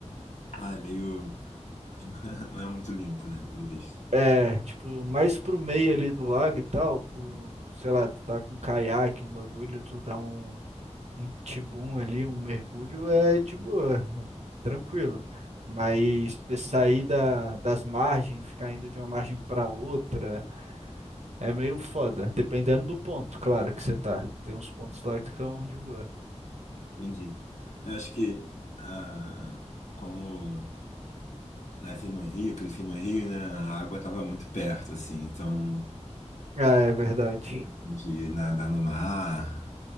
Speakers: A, on the left; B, on the right.
A: Ah, é meio. <laughs> Não é muito limpo, né? Pelo visto.
B: É, tipo, mais pro meio ali do lago e tal, tu, sei lá, tu tá com um caiaque, um bagulho, tu dá um, um tibum ali, um mergulho, é de boa, tranquilo. Mas você sair da, das margens, ficar indo de uma margem pra outra, é meio foda, dependendo do ponto, claro, que você tá. Tem uns pontos lá que são de boa.
A: Entendi. Eu acho que ah, como nasci no Rio, cresci no Rio, né, a água estava muito perto, assim, então
B: Ah, é verdade.
A: de nadar no mar,